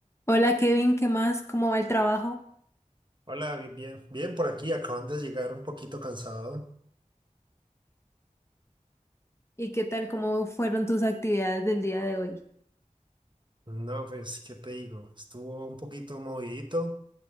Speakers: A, on the left; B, on the right.
A: Hola Kevin, ¿qué más? ¿Cómo va el trabajo?
B: Hola, bien, bien, bien por aquí, acaban de llegar un poquito cansado.
A: ¿Y qué tal? ¿Cómo fueron tus actividades del día de hoy?
B: No, pues, ¿qué te digo? Estuvo un poquito movidito,